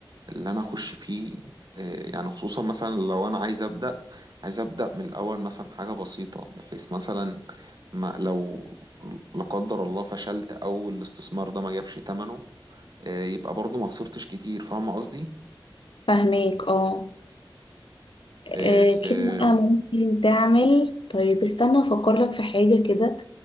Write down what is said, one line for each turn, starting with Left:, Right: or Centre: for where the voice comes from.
Right: اللي انا اخش فيه آه، يعني خصوصا مثلا لو انا عايز ابدا عايز ابدا من الاول مثلا حاجه بسيطه بحيث مثلا ما لو لا قدر الله فشلت او الاستثمار ده ما جابش ثمنه آه، يبقى برضه ما خسرتش كتير فاهم قصدي
Left: فاهميك اه
Right: آه،
Left: آه،
Right: آه،
Left: كده بقى ممكن تعمل طيب استنى افكر لك في حاجة كده